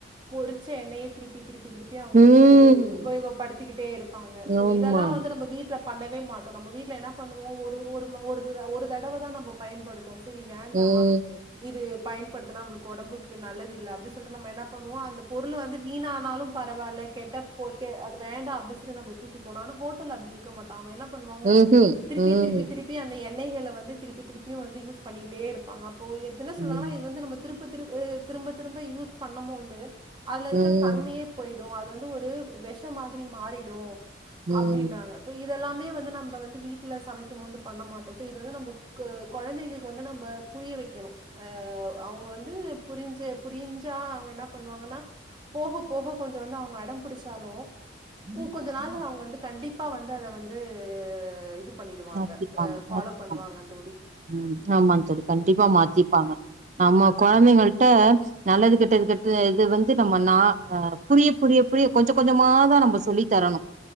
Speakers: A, on the right (about 25°); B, on the right (about 40°).
A: பொரிச்ச எண்ணெயே திருப்பி திருப்பி யே அவுங்க
B: ம்.
A: யூஸ் இது உபயோகப்படுத்திக்கிட்டே இருப்பாங்க சோ
B: ஆமா.
A: இதெல்லாம் வந்து நம்ம வீட்ல பண்ணவே மாட்டோ நம்ப வீட்ல என்ன பண்ணுவோ ஒரு ஒரு ம ஒரு இத் ஒரு தடவதா நம்ம பயன்படுத் துவோ சேரி வேண்டா
B: ம்.
A: இது பயன்படுத்தினா நம்ப்ளுக்கு ஒடம்புக்கு நல்லதுல்ல அப்டின்னு சொல்லிட்டு நம்ம என்ன பண்ணுவோ அந்த பொருளு வந்து வீணானாலு பரவால்ல கேட்டா ஓகே அது வேண்டா அப்டி சொல்லி நம்ம தூக்கி போனோ ஆனா ஹோட் டலு அப்படி இருக்க மாட்டாங்க என்ன பண்ணுவாங்க
B: ம்ஹ்ம்.
A: திருப்பி
B: ம்,
A: திருப்பி திருப் பி அந்த எண்ணெய்கள வந்து திருப்பி திருப்பியு வந்து யூஸ் பண்ணிட்டே இருப்பாங்க அப்போ என்ன சொல்வாங்கனா
B: ம்,
A: இது வந்து நமக் திருப்ப திருப்ப அ திரும்ப திரும்ப யூஸ் பண்ணம்போது அதுலருக்குற
B: ம்,
A: தன்மையே போயிடு அது வந்து ஒரு வெசஷோ மாதிரி மாறிடு
B: ம்.
A: அப்டின் ங்க சோ இதெல்லாமே வந்து நம்ம வந்து வீட்ல சமைக்கும்போது வந்து பண்ண மாட்டோ இது வந்து நம்ம க் கொழந்தைகளுக்கு வந்து நம்ப புரிய வைக்கணு அ அவுங்க வந்து புரிஞ்சு புரிஞ்சா அவங்க என்ன பண்ணுவாங்கன்னா போக போக கொஞ்சோ வந்து அவுங்க வந்து அடம்புடிச்சாலு ம் கொஞ்சோ நாள் அவுங்க வந்து கண்டிப் அப்பா வந்து அத வந்து இது பண்ணிடுவாங்க
B: மாத்திப்பாங்க,
A: அ ஃபாலோ
B: மாத்திப்பாங்க.
A: பண்ணுவாங்க தோழி
B: ம் ஆமா தோழி கண்டிப்பா மாத்திப்பாங்க நம்ம கொழந்தைங்கள்ட்ட நல்லது கெட்டது கெட்டது இது வந்து நம்ம நா அ புரிய புரிய புரிய கொஞ்சோ கொஞ்சமாதா நம்ம சொல்லி தரணு